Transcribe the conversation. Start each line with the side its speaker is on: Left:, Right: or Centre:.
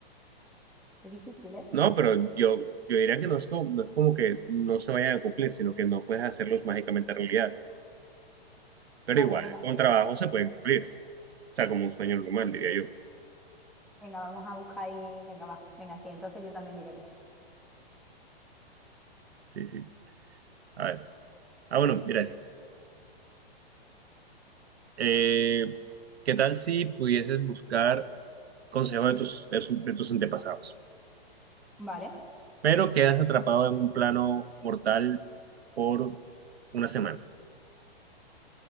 Centre: Es difícil, ¿eh?
Right: No, pero yo, yo diría que no es como, no es como que no se vayan a cumplir, sino que no puedes hacerlos mágicamente realidad. Pero
Centre: Vale,
Right: igual,
Centre: venga,
Right: con trabajo se pueden cumplir. O sea, como un sueño normal, diría yo.
Centre: venga, vamos a buscar ahí, venga, va, venga, sí, entonces yo también diría que sí.
Right: Sí, sí. A ver. Ah, bueno, mira esto. Eh, ¿qué tal si pudieses buscar consejos de tus, de sus- de tus antepasados,
Centre: Vale.
Right: pero quedas atrapado en un plano mortal por una semana?